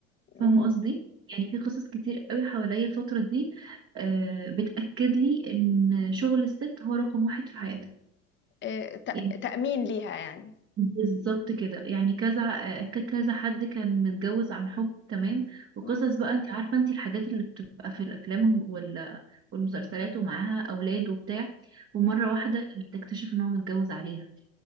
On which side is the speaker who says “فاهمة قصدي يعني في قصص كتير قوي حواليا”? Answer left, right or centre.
Right